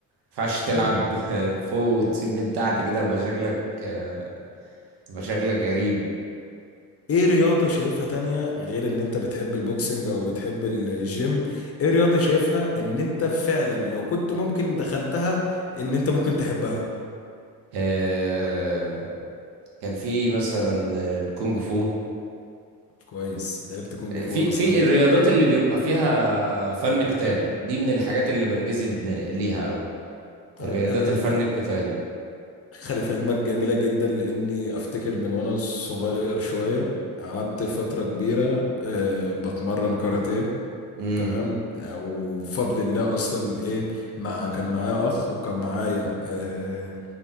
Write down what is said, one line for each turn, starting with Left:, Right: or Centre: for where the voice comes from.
Right: ينفعش تلعب
Left: اه
Right: <laughs> فوق وتسيب من تحت كده يبقى شكلك آه، يبقى شكلك غريب
Left: ايه رياضة شايفها تانية غير ان انت بتحب البوكسنج او بتحب الجيم ايه رياضة شايفها ان انت فعلا لو كنت ممكن دخلتها ان انت ممكن تحبها
Right: آه، كان في مثلا آه، الكونج فو
Left: كويس لعبت كونج فو
Right: في
Left: وانا
Right: في
Left: صغير
Right: الرياضات اللي بيبقى فيها فن قتال دي من الحاجات اللي بنجذب ليها أوي
Left: آه
Right: رياضات
Left: انا
Right: الفن
Left: أنا
Right: القتالي
Left: خلف علمك جميلة جدا لاني افتكر من وانا صغير شوية قعدت فترة كبيرة آه بتمرن كاراتيه
Right: امم
Left: تمام آه، وبفضل الله اصلا ايه مع كان معايا اخ وكان معايا آه،